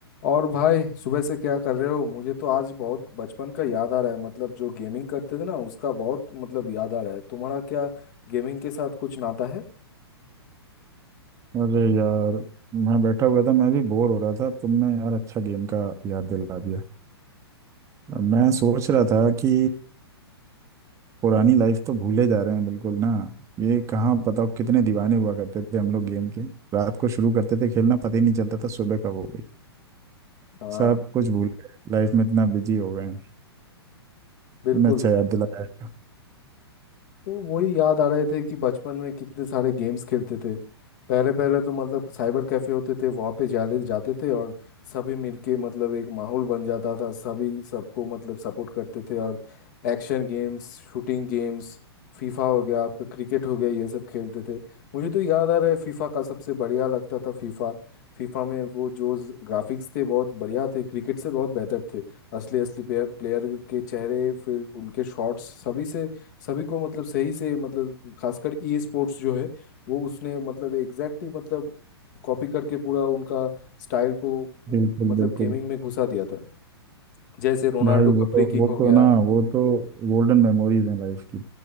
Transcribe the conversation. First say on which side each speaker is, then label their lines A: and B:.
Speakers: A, on the left; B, on the right.
A: और भाई सुबह से क्या कर रहे हो मुझे तो आज बहुत बचपन का याद आ रहा है मतलब जो गेमिंग करते थे ना उसका बहुत मतलब याद आ रहा है तुम्हारा क्या गेमिंग के साथ कुछ नाता है
B: अरे यार मैं बैठा हुआ था मैं भी बोर हो रहा था तुमने यार अच्छा गेम का याद दिला दिया मैं सोच रहा था कि पुरानी लाइफ तो भूले जा रहे हैं बिल्कुल ना ये कहाँ बताओ कितने दीवाने हुआ करते थे हम लोग गेम के रात को शुरू करते थे खेलना पता ही नहीं चलता था सुबह कब हो गई
A: हाँ
B: सब कुछ भूल गए लाइफ में इतना बिजी हो गए हैं
A: बिल्कुल
B: तुमने अच्छा याद दिलाया
A: तो वही याद आ रहे थे कि बचपन में कितने सारे गेम्स खेलते थे पहले पहले तो मतलब साइबर कैफे होते थे वहाँ पे जाले जाते थे और सभी मिलके मतलब एक माहौल बन जाता था सभी सबको मतलब सपोर्ट करते थे और action games shooting games FIFA हो गया आपका क्रिकेट हो गया ये सब खेलते थे मुझे तो याद आ रहा है फीफा का सबसे बढ़िया लगता था फीफा फीफा में वो जो ग्राफिक्स थे बहुत बढ़िया थे क्रिकेट से बहुत बेहतर थे असली असली प्लेयर प्लेयर के चेहरे फिर उनके शॉट्स सभी से सभी को मतलब सही से मतलब खासकर ई स्पोर्ट्स जो है वो उसने मतलब एग्जैक्टली मतलब कॉपी करके पूरा उनका स्टाइल को उ-
B: बिल्कुल
A: मतलब
B: बिल्कुल
A: गेमिंग में घुसा दिया था जैसे रोनाल्डो
B: भाई
A: का
B: वो तो
A: फ्री किक
B: वो
A: हो
B: तो
A: गया
B: ना वो तो गोल्डन मेमोरीज हैं लाइफ की